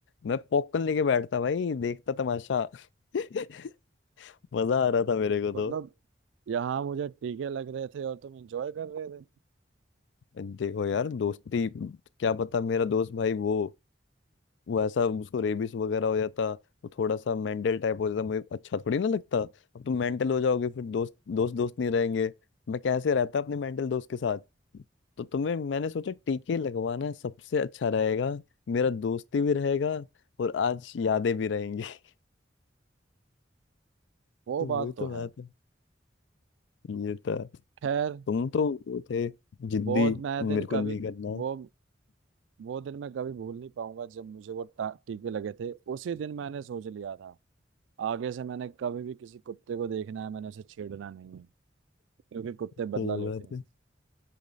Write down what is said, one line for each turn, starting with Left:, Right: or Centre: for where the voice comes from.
Left: मैं पॉपकॉर्न लेके बैठता भाई देखता तमाशा <laughs> मजा आ रहा था मेरे को
Right: मतलब
Left: तो
Right: यहाँ मुझे टीके लग रहे थे और तुम एंजॉय कर रहे थे
Left: देखो यार दोस्ती क्या पता मेरा दोस्त भाई वो वैसा उसको रेबिस वगैरह हो जाता वो थोड़ा सा मेंटल टाइप हो जाता मुझे अच्छा थोड़ी ना लगता अब तुम मेंटल हो जाओगे फिर दोस्त दोस्त दोस्त नहीं रहेंगे मैं कैसे रहता अपने मेंटल दोस्त के साथ तो तुम्हें मैंने सोचा टीके लगवाना सबसे अच्छा रहेगा मेरा दोस्ती भी रहेगा और आज यादें भी रहेंगी <laughs>
Right: वो
Left: तो
Right: बात
Left: वही
Right: तो
Left: तो बात
Right: है
Left: है ये था
Right: खैर
Left: तुम तो वो थे जिद्दी
Right: वो मैं
Left: मेरे
Right: दिन
Left: को
Right: कभी
Left: नहीं करना
Right: वो वो दिन मैं कभी भूल नहीं पाऊंगा जब मुझे वो टा- टीके लगे थे उसी दिन मैंने सोच लिया था आगे से मैंने कभी भी किसी कुत्ते को देखना है मैंने उसे छेड़ना नहीं है क्योंकि कुत्ते
Left: सही
Right: बदला लेते
Left: बात
Right: हैं